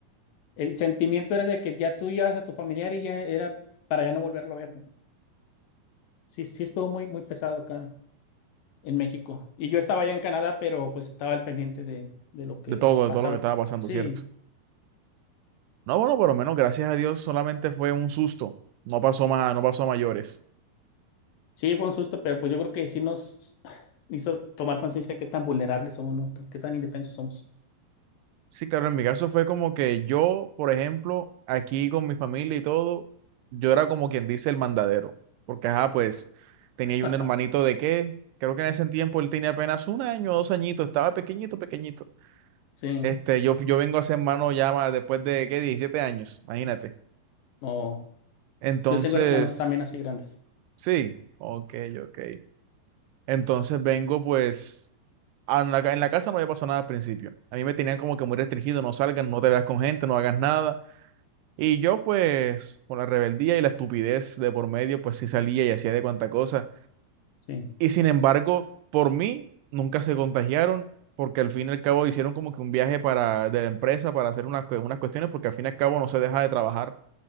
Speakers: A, on the left; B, on the right.
A: el sentimiento era de que ya tú llevas a tu familiar y ya era para ya no volverlo a ver. ¿no? Sí, sí estuvo muy, muy pesado acá en México. Y yo estaba allá en Canadá, pero pues estaba al pendiente de, de lo que
B: de todo, de
A: pasaba.
B: todo lo que estaba pasando,
A: Sí.
B: ¿cierto? No, bueno, por lo
A: sí.
B: menos, gracias a Dios, solamente fue un susto, no pasó más, no pasó a mayores.
A: Sí, fue un susto, pero pues yo creo que sí nos hizo tomar conciencia de qué tan vulnerables somos, ¿no? Qué tan indefensos somos.
B: Sí, claro, en mi caso fue como que yo, por ejemplo, aquí con mi familia y todo, yo era como quien dice el mandadero, porque ajá, pues tenía yo
A: <laughs>
B: un hermanito de qué, creo que en ese tiempo él tenía apenas un año, dos añitos, estaba pequeñito, pequeñito.
A: Sí,
B: Este, yo, yo vengo a ser hermano ya ma- después de qué, 17 años, imagínate.
A: no.
B: Entonces,
A: Yo tengo hermanos también así grandes.
B: sí, ok, ok. Entonces vengo pues... a en la ca- En la, casa no había pasado nada al principio. A mí me tenían como que muy restringido, no salgas, no te veas con gente, no hagas nada. Y yo, pues, con la rebeldía y la estupidez de por medio, pues sí salía y hacía de cuanta cosa.
A: Sí,
B: Y sin embargo, por mí, nunca se contagiaron, porque al fin y al cabo hicieron como que un viaje para, de la empresa para hacer unas, cue- unas cuestiones, porque al fin y al cabo no se deja de trabajar.